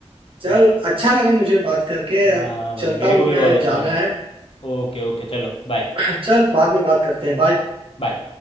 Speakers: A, on the right (about 55°); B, on the left (about 60°).
A: चल
B: हम्म।
A: अच्छा लगा मुझे बात करके
B: हाँ
A: अब
B: हाँ भाई
A: चलता
B: मेरे
A: हूँ
B: को भी
A: मैं
B: बहुत अच्छा
A: जाना
B: लगा
A: है
B: ओके ओके चलो बाय
A: <clears throat> <laughs> चल बाद में बात करते हैं बाय
B: बाय